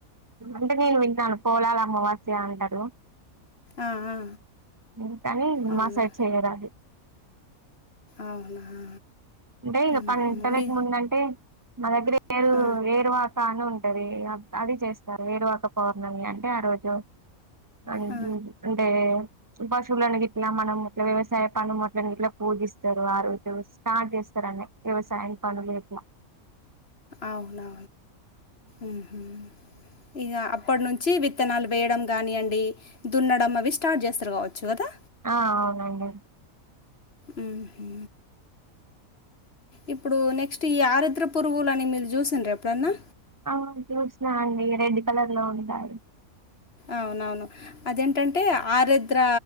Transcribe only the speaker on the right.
అంటే నేను విన్నాను పోలాల్ అమావాస్య అంటరు
వింతని
మా సైడ్ చేయర్ ఆది
అంటే ఇక
పంట
వెట్ ముందంటే మా దగ్గర ఏరు
ఏరు వాక్ కా అని ఉంటది అ అది చేస్తారు ఏరువాక పౌర్ణమి అంటే ఆ రోజు ఆన్
అంటే పశువులను గిట్ల మనం ఇట్ల వ్యవసాయ పనుముట్ల ఇట్ల పూజిస్తరు ఆ రోజు స్టార్ట్ చేస్ రు అని వ్యవసాయం పనులు గిట్ల
ఆ అవును అండి
అవును చూసినా అండి రెడ్ కలర్ లో ఉంటాయి